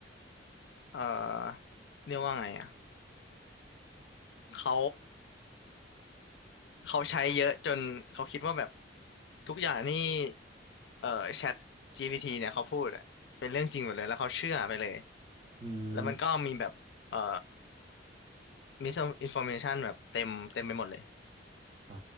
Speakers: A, on the left (about 70°); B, on the right (about 30°).
A: เอ่อเรียกว่าไงอ่ะเขาเขาใช้เยอะจนเขาคิดว่าแบบทุกอย่างนี่เอ่อแชท GPT เนี่ยเขาพูดอะเป็นเรื่องจริงหมดเลยแล้วเขาเชื่อไปเลย
B: อืม
A: แล้วมันก็มีแบบเอ่อมิสอินฟอร์เมชันแบบเต็มเต็มไปหมดเลย
B: อ่า